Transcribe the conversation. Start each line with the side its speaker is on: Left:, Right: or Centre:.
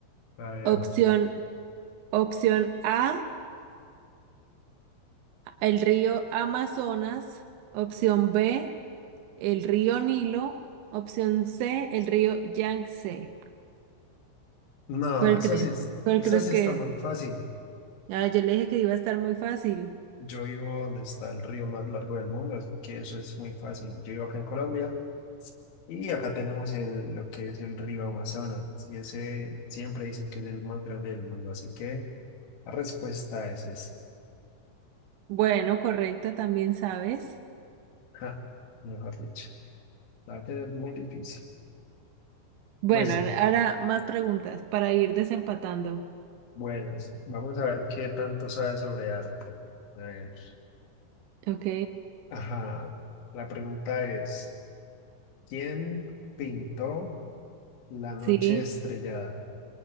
Left: A ver,
Right: Opción, opción A, el río Amazonas. Opción B, el río Nilo. Opción C, el río Yangtze.
Left: no,
Right: ¿Cuál
Left: esa
Right: crees,
Left: sí es,
Right: cuál
Left: esa
Right: crees
Left: sí
Right: que
Left: está muy
Right: es?
Left: fácil.
Right: Ah, yo le dije que iba a estar muy fácil.
Left: Yo vivo donde está el río más largo del mundo, así que eso es muy fácil. Yo vivo acá en Colombia y acá tenemos el, lo que es el río Amazonas y ese siempre dicen que es el más grande del mundo, así que la respuesta es esa.
Right: Bueno, correcta, también sabes.
Left: Ja, mejor dicho, la verdad es muy difícil.
Right: Bueno,
Left: Bueno,
Right: ahora ahora más preguntas para ir desempatando.
Left: bueno, vamos a ver qué tanto sabes sobre arte. A ver,
Right: Ok,
Left: ajá, la pregunta es, ¿quién pintó? La noche
Right: sí.
Left: estrellada.